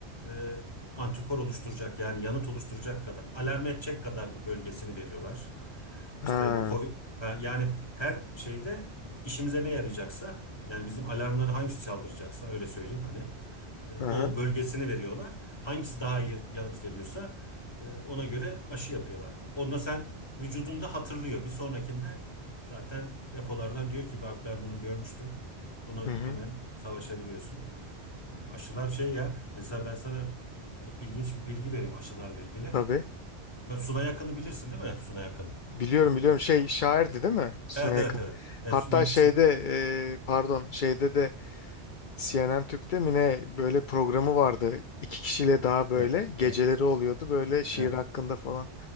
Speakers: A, on the left; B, on the left.
A: e, antikor oluşturacak yani yanıt oluşturacak kadar, alarm edecek kadar bir bölgesini veriyorlar.
B: Ha.
A: İşte bu COVID ha, yani her şeyde işimize ne yarayacaksa yani bizim alarmları hangisi çaldıracaksa öyle söyleyeyim hani e,
B: Aha.
A: O bölgesini veriyorlar. Hangisi daha iyi yanıt veriyorsa e, ona göre aşı yapıyorlar. Onda sen vücudunda hatırlıyor. Bir sonrakinde zaten depolardan diyor ki bak ben bunu görmüştüm. Bunu
B: Hı hı.
A: hemen savaşabiliyorsun. E, Aşılar şey ya mesela ben sana e, ilginç bir bilgi vereyim aşılarla ilgili.
B: Tabii.
A: Ya Suna Yakın'ı bilirsin değil mi? Suna Yakın.
B: Biliyorum biliyorum şey şairdi değil mi? Sunay
A: Evet evet
B: Akın.
A: evet. Evet
B: Hatta
A: Suna
B: şeyde
A: Sun
B: e, pardon şeyde de CNN Türk'te mi ne böyle programı vardı. İki kişiyle daha böyle
A: Evet
B: geceleri
A: evet
B: oluyordu böyle şiir
A: evet
B: hakkında falan.